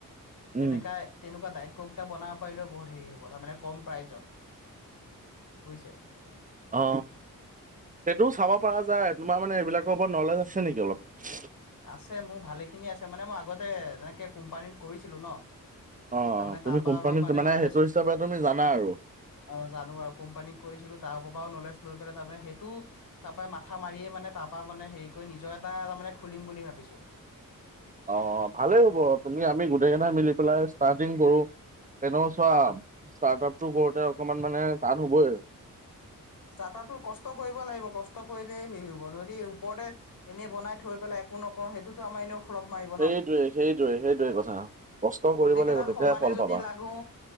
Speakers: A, on the right; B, on the left.
A: উম,
B: তেনেকা তেনেকুৱা ডায়ট কক এটা বনাব পাৰিলেও বহুত হেৰি হ'ব তাৰমানে কম প্ৰাইজত। বুজিছে?
A: অ সেইটোও চাব পৰা যায়, তোমাৰ মানে এইবিলাকৰ ওপৰত নলেজ আছে নেকি অলপ।
B: আছে মোৰ ভালেখিনি আছে, মানে মই আগতে এনেকে কোম্পানীত কৰিছিলো ন।
A: অ
B: তাৰমানে
A: তুমি
B: তাৰপৰা
A: কোম্পানীত
B: অলপ
A: মানে
B: নলেজ
A: সেইটো হিচাপে তুমি জানা আৰু।
B: অ জানো আৰু কোম্পানীক কৈছিলো তাৰ পৰাও নলেজ লৈ পেলাই তাৰে সেইটো তাৰ পৰা মাথা মাৰিয়ে মানে তাৰ পৰা মানে হেৰি কৰি নিজৰ এটা তাৰ মে খুলিম বুলি ভাবিছোঁ।
A: অ ভালেই হ'ব, তুমি আমি গোটেই কেইটাই মিলি পেলাই ষ্টাৰ্টিং কৰো। তেনেকুৱা চোৱা
B: অ
A: ষ্টাৰ্ট আপ টো কৰতে অকমান মানে টান হবই
B: ষ্টাৰ্টআপটো কষ্ট কৰিব লাগিব, কষ্ট কৰিলে হেৰি হ'ব। যদি ওপৰতে এনেই বনাই থৈ পেলাই একো নকওঁ সেইটোতো আমাৰ এনেও ফ্লপ মাৰিব
A: সেইটোৱে
B: ন।
A: সেইটোৱে সেইটোৱে কথা। কষ্ট কৰিব
B: গোটেই
A: লাগিব
B: কেইটা
A: তেতিয়াহে
B: সমানে
A: ফল
B: যদি
A: পাবা
B: লাগো